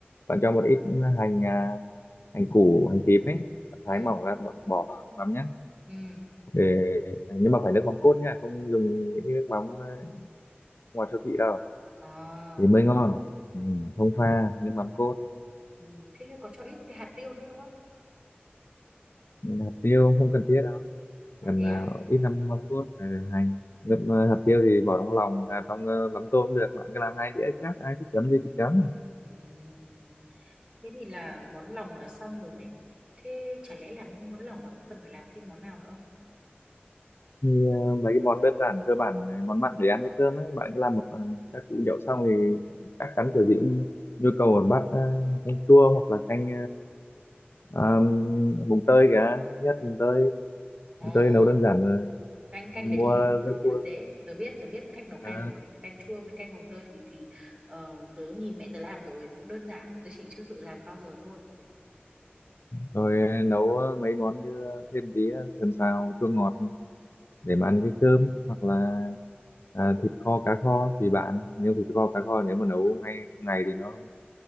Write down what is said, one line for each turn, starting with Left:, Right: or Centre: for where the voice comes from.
Left: bạn cho một ít hành à, hành củ hành tím ấy thái
Right: Ừ.
Left: mỏng ra bạn bỏ vào nước mắm nhé
Right: Ừ.
Left: để nhưng mà phải nước mắm cốt nha không dùng những cái nước mắm ờ, ngoài siêu thị đâu
Right: Ờ.
Left: thì mới ngon ừ, không pha nước mắm cốt
Right: Ừ. Thế thì có cho ít cái hạt tiêu nữa đúng không?
Left: hạt tiêu không cần thiết đâu
Right: À
Left: gần
Right: thế
Left: ờ,
Right: á.
Left: ít năm mâm cốt ờ, hành nước ờ, hạt tiêu thì bỏ trong lòng à, trong ờ, mắm tôm cũng được bạn cứ làm hai đĩa chắc ai thích chấm gì thì chấm
Right: Ừ. Ừ. ừ. Thế thì là món lòng là xong rồi này. Thế chả lẽ làm mỗi món lòng mà cũng cần phải làm thêm món nào nữa? không?
Left: thì ờ, mấy cái món đơn giản cơ bản ờ, món mặn để ăn với cơm ấy bạn cứ làm một ờ, các củ nhậu xong thì chắc chắn kiểu gì cũng nhu cầu một bát ờ, canh chua hoặc là canh ờ, um, mùng tơi cả Ít nhất mùng tơi
Right: Ờ
Left: mùng tơi
Right: ờ.
Left: nấu đơn giản ờ,
Right: canh canh
Left: mua
Right: đấy thì, thì
Left: rau cua
Right: dễ tớ biết tớ biết cách nấu canh
Left: Ờ.
Right: rồi canh chua với canh mồng tơi thì thì ờ, tớ nhìn mẹ tớ làm rồi cũng đơn giản tớ chỉ chưa tự làm bao giờ thôi
Left: rồi ờ, nấu ờ, mấy món như ờ, thêm tí ờ, sườn xào chua ngọt để mà ăn cái cơm hoặc là à, thịt kho cá kho tùy bạn nhưng thịt kho cá kho nếu mà nấu ngay trong ngày thì nó